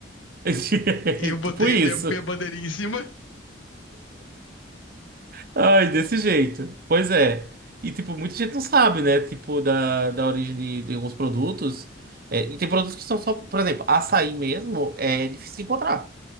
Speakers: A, on the right (about 50°); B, on the left (about 80°).
A: <laughs>
B: e eu botei
A: Tipo isso.
B: minha, minha bandeirinha em cima.
A: Ai, desse jeito. Pois é. E, tipo, muita gente não sabe, né? Tipo, da, da origem de, de alguns produtos. É, e tem produtos que são só, por exemplo, açaí mesmo, é difícil encontrar.